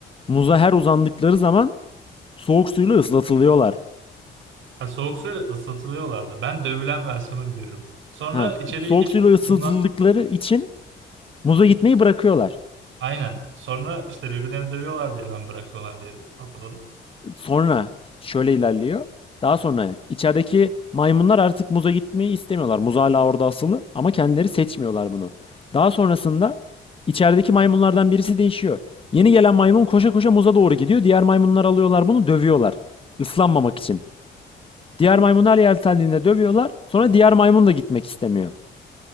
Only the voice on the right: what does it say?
Ha, soğuk suyla ıslatılıyorlardı. Ben dövülen versiyonu biliyorum. Sonra
içeriye
hiç
bundan
Aynen. Sonra işte birbirlerini dövüyorlar diye ben bırakıyorlar diye hatırladım.